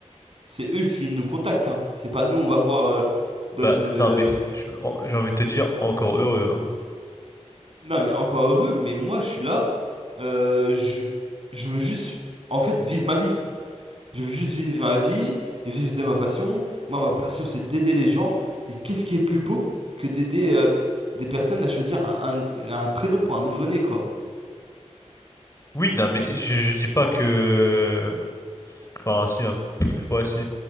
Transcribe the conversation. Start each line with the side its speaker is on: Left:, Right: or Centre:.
Right: c'est eux qui nous contactent. hein. C'est pas nous, on va voir euh, dans
Left: Bah,
Right: une. euh,
Left: non, mais je- en- j'ai envie de te dire, encore heureux, hein.
Right: Non, mais encore heureux, mais moi, je suis là. euh, je, je veux juste, en fait, vivre ma vie. Je veux juste vivre ma vie, et vivre de ma passion. Moi, ma passion, c'est d'aider les gens. Et qu'est-ce qui est plus beau que d'aider euh, des personnes à choisir un, un- un prénom pour un nouveau-né, quoi.
Left: Oui, non, mais je, je dis pas que. Enfin, si, hein, pff, ouais, si.